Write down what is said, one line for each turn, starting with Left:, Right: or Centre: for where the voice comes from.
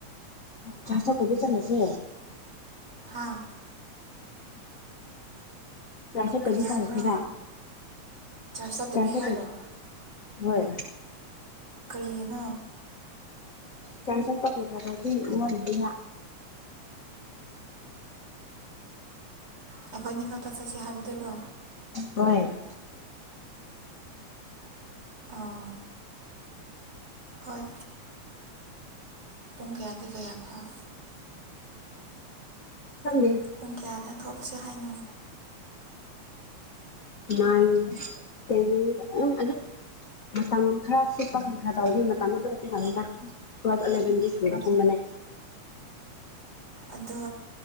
Left: ꯆꯠꯄꯨꯗꯤ ꯆꯠꯂꯁꯦ
Right: ꯍꯥꯥ
Left: ꯆꯔꯁꯗꯤ
Right: ꯀꯔꯤ
Left: ꯆꯂꯁꯦꯒ
Right: ꯍꯥꯏꯕ꯭ꯔꯣ ꯆꯔꯆ ꯆꯠꯇꯕꯤ
Left: ꯆꯥꯁ
Right: ꯍꯥꯏꯔꯣ
Left: ꯍꯣꯏ꯫
Right: ꯀꯔꯤꯒꯤꯅꯣ꯫
Left: ꯆꯔꯁ ꯆꯠꯄ ꯀꯩꯀꯗꯤꯒꯤ ꯋꯔꯤꯅꯤꯗ꯫
Right: ꯑꯩꯈꯣꯏꯅꯤ ꯈꯛꯇꯠ ꯆꯠꯁꯤ ꯍꯥꯏꯕꯗꯨꯔꯣ꯫
Left: ꯍꯣꯏ꯫
Right: ꯑꯣ꯫ ꯍꯣꯏ ꯄꯨꯡ ꯀꯌꯥꯗꯤ ꯀꯌꯥ ꯐꯥꯎ꯫
Left: ꯈꯪꯗꯦ꯫
Right: ꯄꯨꯡ ꯀꯌꯥꯗ ꯊꯣꯛꯎꯁꯤ ꯍꯥꯏꯅꯣ꯫
Left: ꯅꯥꯏꯟ ꯇꯦꯟ ꯑꯗꯨꯝ ꯑꯗꯨꯝ ꯃꯇꯝ ꯈꯔ <unintelligible> ꯈꯔ ꯇꯧꯔꯤ ꯃꯇꯝ ꯑꯗꯨꯝ ꯀꯨꯝꯃꯅꯤꯅ꯫ ꯇꯨꯌꯦꯜꯞ ꯏꯂꯥꯕꯦꯜ ꯗꯤ ꯊꯨꯅ ꯀꯨꯝꯕꯅꯦ꯫
Right: ꯑꯗꯣ